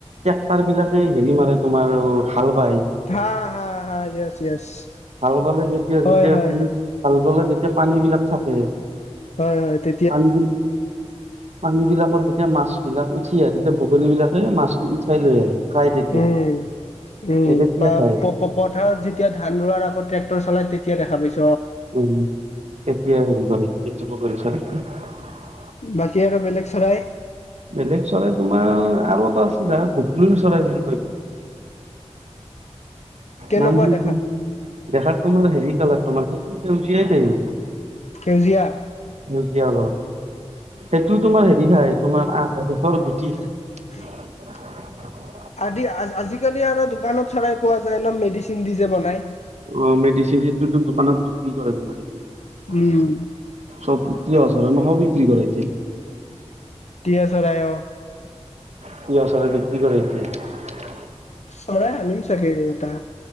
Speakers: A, on the right (about 65°); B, on the left (about 70°).
A: ট্ৰেক্টাৰ বিলাকে হেৰি মাৰে তোমাৰ অ' হাল বাই,
B: হা হা হা য়েছ য়েছ
A: হাল বালে যেতিয়া,
B: হয়
A: যেতিয়া
B: হয়
A: তুমি
B: হয়
A: হাল বালে তেতিয়া পানী বিলাক তাকে
B: হয়, হয় তে
A: পানী বি, পানী বিলাকত যেতিয়া মাছ বিলাক উঠি আহে তেত বগলী বিলাকে মাছটো উঠাই লৈ আহে। খাই তেতিয়া
B: উম, উম,
A: এ তেতিয়া
B: প-প-প-পথাৰত
A: খাই
B: যেতিয়া ধান ৰোৱাৰ আগত ট্ৰেক্টৰ চলাই তেতিয়া দেখা পাই
A: উম, তেতিয়া হেৰি কৰে এইটো <unintelligible>
B: বাকী আৰু বেলেগ চৰাই
A: বেলেগ চৰাই তোমাৰ <unintelligible> বুলি
B: কেনেকুৱা
A: নাম কি <unintelligible>
B: দেখা
A: দেখাত তোমাৰ হেৰি তোমাৰ সজিয়াই য
B: সেউজীয়া
A: সেউজীয়া অলপ। সেইটো তোমাৰ হেৰি থ তোমাৰ আ <unintelligible> কি খাই?
B: <unintelligible>
A: <inaudible>
B: আদি আজিকালি আৰু দোকানত চৰাই পোৱা যায় একদম মেডিচিন দি যে বনাই।
A: অ' মেডিচিন সেইটোতো দোকানত বিক্ৰী কৰে তোমাৰ এতিয়া।
B: উম
A: চব কি আছৰ মই হবি কি কৰা এতিয়া?
B: তিয়া চৰাই অ'।
A: তিয় চৰাই বিক্ৰী কৰে এতিয়া।
B: চৰাই আনিম চাগে এটা,